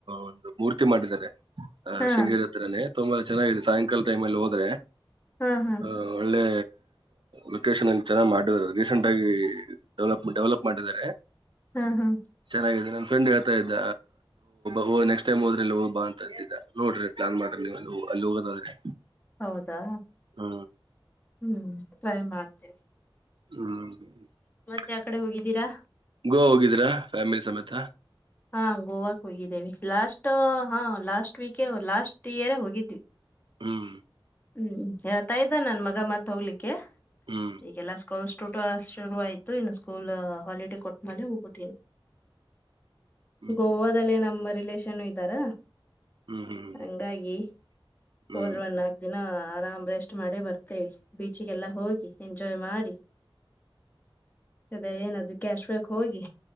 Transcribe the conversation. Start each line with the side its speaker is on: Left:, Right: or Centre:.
Right: ಒಂದು ಮೂರ್ತಿ ಮಾಡಿದ್ದಾರೆ ಹ
Left: ಹಾ
Right: ಶೃಂಗೇರಿ ಹತ್ರಿನೆೇ ತುಂಬಾ ಚೆನ್ನರಿ ಸಾಯಂಕಾಲ ಟೈಮ್ ಅಲ್ಲಿ ಹೋದ್ರೆ
Left: ಹಾ ಹಾ
Right: ಹ ಒಳ್ಳೆ ಲೊಕೇಶನ್ ಅಲ್ಲಿ ಚೆನ್ನ ಮಾಡ ರೀಸೆಂಟ್ ಆಗಿ ಡೆವಲಪ್ ಡೆವಲಪ್ ಮಾಡಿದ್ದಾರೆ
Left: ಹಾ ಹಾ
Right: ಚೆನ್ನಾಗಿದೆ ನನ್ ಫ್ರೆಂಡ್ ಹಳ್ತಾ ಇದ ಅಓಓ ನಕ್ಸ್ ಟೈಮ್ ಹೋದ್ರೆಲ್ಲಿ ಹೋಗ ಬಾ ಅಂತ ಇದ್ದ ನೋಡ್ರ ಪ್ಲಾನ್ ಮಾಡ್ರಿ ನೀವು ಅ <inaudible> ಅಲ್ಲಿ ಹೋಗದಾದ್ರೆ
Left: ಹೌದಾ
Right: ಹ್ಮ
Left: ಹ್ಮ್ ಟ್ರೈ ಮಾಡ್ತೀನಿ
Right: ಹ್ಮ ಹ
Left: ಮತ್ತೆ ಯಾ ಕಡೆ ಹೋಗಿದ್ದೀರಾ
Right: ಗೋವಾ ಹೋಗಿದೀರಾ ಫ್ಯಾಮಿಲಿ ಸಮೇತ
Left: ಹಾ ಗೋವಾಕ್ ಹೋಗಿದ್ದೇವಿ ಲಾಸ್ಟ್ ಹಾ ಲಾಸ್ಟ್ ವೀಕೇ ಲಾಸ್ಟ್ ಇಯರ್ ಹೋಗಿದ್ವಿ
Right: ಹ್ಮ್
Left: ಹ್ಮ್ ಹೇಳ್ತಾ ಇದ್ದ ನನ್ ಮಗ ಮತ್ ಹೋಗ್ಲಿಕ್ಕೆ
Right: ಹ್ಮ್
Left: ಈಗೆಲ್ಲಾ ಲ್್ಟೋಟ <unintelligible> ಶುರು ಆಯ್ತು ಇನ್ನು ಸ್ಕೂಲ್ ಹಾಲಿಡೇ ಕೊಟ್ಟ ಮ ಹೋಗುದ
Right: ಹ್ಮ್
Left: ಗೋವಾದಲ್ಲ ನಮ್ಮ ರಿಲೇಷನ್ ಇದ್ದಾರ
Right: ಹ್ಮ್ ಹ್ಮ್
Left: ಹಂಗಾಗಿ
Right: ಹ್ಮ್
Left: ಹೋದ್ರನ್ನ ಆರಾಮ್ ರೆಸ್ಟ್ ಮಾಡೇ ಬರ್ತೇವಿ ಬೀಚಿಗೆಲ್ಲಾ ಹೋಗಿ ಎಂಜಾಯ್ ಮಾಡಿ ಅದ ಏನಾದ್ರೂ ಕ್ಯಾಶ್ ಬ್ಯಾಕ್ ಹೋಗಿ